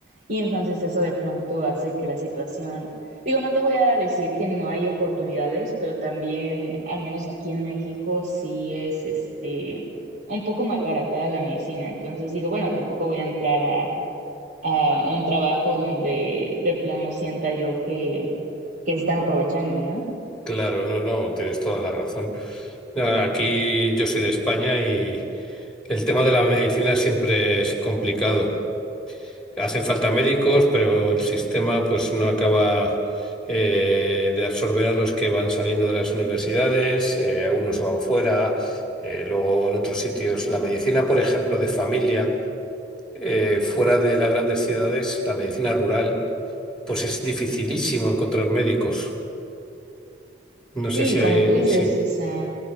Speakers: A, on the right; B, in the centre.
A: y entonces eso de pronto hace que la situación, digo, no te voy a decir que no hay oportunidades, pero también, al menos aquí en México, sí es, este, un poco malbaratada la medicina, entonces digo, bueno, tampoco voy a entrar a a un trabajo donde de plano sienta yo que, que se están aprovechando, ¿no?
B: Claro, no, no, tienes toda la razón. Ya, Aquí yo soy de España y el tema de la medicina siempre es complicado. Hacen falta médicos, pero el sistema pues no acaba eh, de absorber a los que van saliendo de las universidades, eh, algunos se van fuera, eh, luego en otros sitios. La medicina, por ejemplo, de familia. eh, fuera de las grandes ciudades, la medicina rural, pues es dificilísimo encontrar médicos. No sé
A: Sí,
B: si hay,
A: como tú dices,
B: eh, sí,
A: o sea,